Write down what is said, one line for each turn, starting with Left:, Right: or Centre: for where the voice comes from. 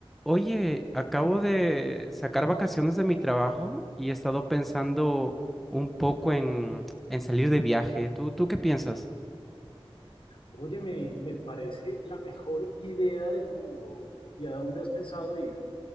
Centre: Oye, acabo de sacar vacaciones de mi trabajo y he estado pensando un poco en, en salir de viaje. ¿Tú, tú qué piensas?
Left: Oye, me, me parece la mejor idea del mundo. Owen. ¿Y a dónde has pensado ir?